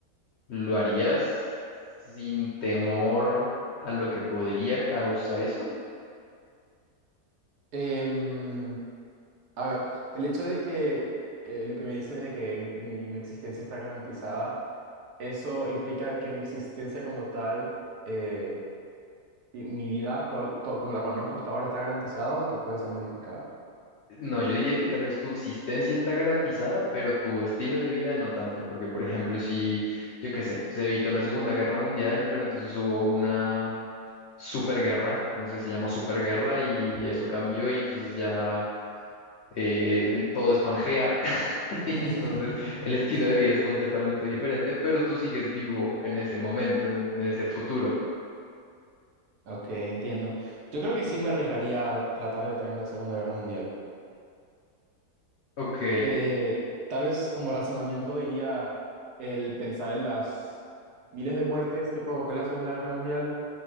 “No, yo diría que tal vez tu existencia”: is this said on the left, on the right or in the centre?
Left